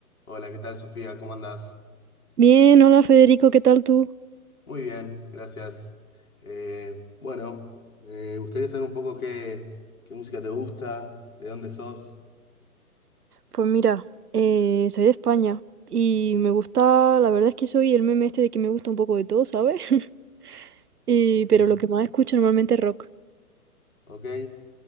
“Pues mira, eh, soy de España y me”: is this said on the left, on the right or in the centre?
Right